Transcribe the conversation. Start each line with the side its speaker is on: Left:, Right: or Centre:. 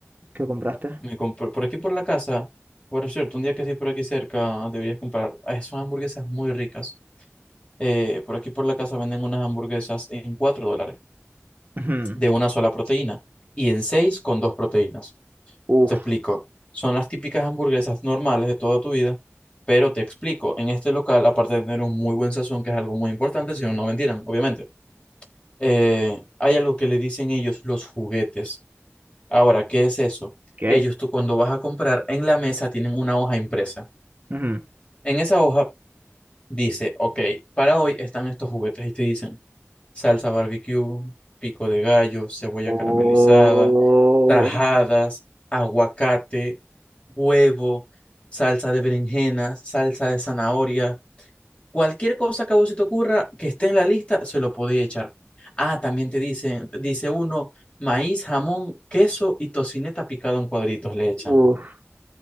Right: ¿qué compraste?
Left: Me compré por aquí por la casa. Por cierto, un día que estés por aquí cerca, deberías comprar. Ah, son hamburguesas muy ricas. Eh, por aquí por la casa venden unas hamburguesas en 4 dólares
Right: Ujú.
Left: de una sola proteína y en 6 con dos proteínas.
Right: Uf,
Left: Te explico. Son las típicas hamburguesas normales de toda tu vida, pero te explico. En este local, aparte de tener un muy buen sazón, que es algo muy importante, si no, no vendieran, obviamente eh, hay algo que le dicen ellos los juguetes. Ahora, ¿qué es eso?
Right: ¿qué?
Left: Ellos, tú cuando vas a comprar, en la mesa tienen una hoja impresa.
Right: Ujú.
Left: En esa hoja dice, ok, para hoy están estos juguetes y te dicen salsa barbecue, pico de gallo, cebolla
Right: Oh,
Left: caramelizada, tajadas, aguacate, huevo, salsa de berenjena, salsa de zanahoria. Cualquier cosa que a vos se te ocurra que esté en la lista, se lo podéis echar. Ah, también te dicen, dice uno, maíz, jamón, queso y tocineta picado en cuadritos le echan.
Right: uf,